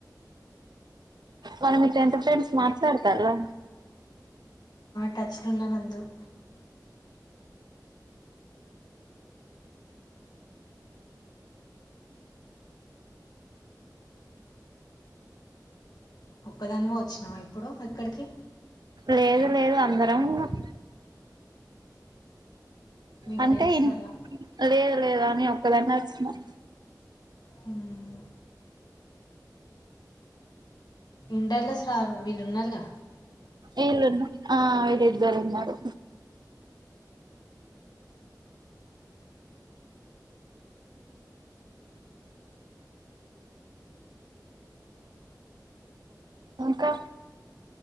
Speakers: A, on the right; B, on the left.
A: మరూ మీ టెన్త్ ఫ్రెండ్స్ మాట్లాడతార
B: టచ్లో ఉన్నారు అందరూ ఒక్కదానిమ వచ్చినామా ఇప్పుడు ఎక్కడికి
A: లేదు లేదు అందరం ఉనం
B: మీ
A: అంటే
B: ఫ్రెండ్స్లల్లా
A: ఇ లేదు లేదు అని ఒకదన్న వచ్చినం
B: ఉ ఇంటారులేసలు వీళ్ళున్నారుగా
A: ఇన్నా ఆ ఇళద్దారు ఉన్నారు ఇంకా